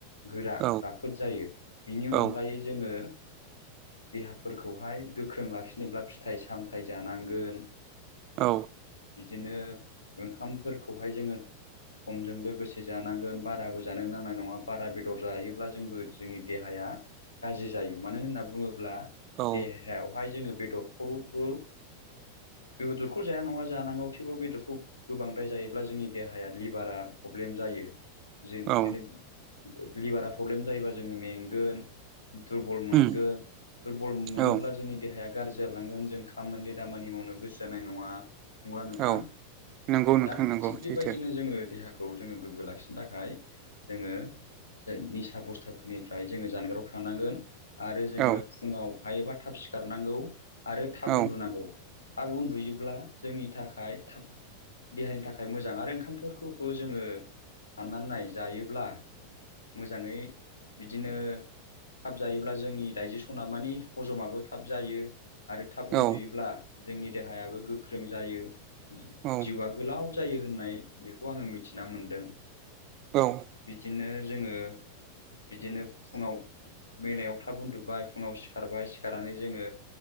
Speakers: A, on the left (about 70°); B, on the right (about 35°).
A: गोरा
B: औ
A: राफोद जायो बिनि
B: औ
A: अनगायै जोङो देहाफोरखौहाय गोख्रों लाखिनोब्ला फिथाइ सामथाइ जानांगोन
B: औ
A: बिदिनो ओंखामफोरखौहाय जोङो समजों लोगोसे जानांगोन बाराबो जानो नांनाय नङा बारा बेदर जायो ब्ला जोंबो जोंनि देहाया गाज्रि जायो मानो होनना बुङोब्ला
B: औ
A: देहायावहाय जोङो बेदरखौबो
B: <unintelligible>
A: बेदरखौ जाया नङा जानांगौ थेवबो बेदरखौ गोबांद्राय जायोब्ला जोंनि देहाया लिभारा प्रब्लेम जायो। जों बिदिनो
B: औ
A: लिभारा प्रब्लेम जायोबा जोङो मेंगोन दुरबल मोनगोन
B: उम
A: दुरबल मोनोब्ला
B: औ
A: जोंनि देहाया गाज्रि जालांगोन जों खामानि दामानि मावनो गोसो जानाय नङा। नंगौना नोंथां?
B: औ नंगौ नोंथां
A: दा
B: नंगौ
A: थिग बेबायदिनो
B: सैथो
A: जोङो देहाखौ जोङो गोग्गो लाखिनो थाखाय जोङो जों निस सा बुस्थाफोरनिफ्राय जोङो जानगाराव थांनांगोन आरो जोङो
B: औ
A: फुङाव हायोबा थाब सिखारनांगौ आरो थाब
B: औ
A: उन्दुनांगौ थाब उन्दुयोब्ला जोंनि थाखाय थाब देहानि थाखाय मोजां आरो ओंखामफोरखौबो जोङो साननानै नाय जायोब्ला मोजाङै बिदिनो थाब जायोब्ला जोंनि दाइजेसना माने हजमाबो थाब जायो। आरो थाब
B: औ
A: उन्दुयोब्ला जोंनि देहायाबो गोख्रों जायो
B: औ
A: जिउआ गोलाव जायो होननाय बेखौ आङो मिथिना मोन्दों
B: औ
A: बिदिनो जोङो बिदिनो फुङाव मोनायाव थाब उन्दुबाय फुङाव सिखारबाय सिखारनानै जोङो